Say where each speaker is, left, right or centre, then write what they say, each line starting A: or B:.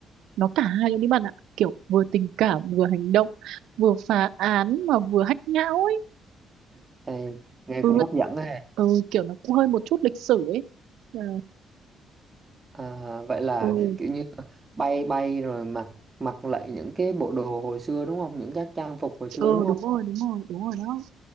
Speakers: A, on the right; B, on the right.
A: nó cả hai luôn đấy bạn ạ kiểu vừa tình cảm vừa hành động vừa phá án mà vừa hách não ấy
B: Đây, nghe
A: ừ,
B: cũng hấp dẫn ha.
A: ừ kiểu nó cũng hơi một chút lịch sử ấy Ờ,
B: À, vậy là
A: ừ
B: kiểu như bay bay rồi mặc mặc lại những cái bộ đồ hồi xưa đúng không? Những các trang phục hồi xưa
A: ừ
B: đúng không?
A: đúng rồi đúng rồi đúng rồi đó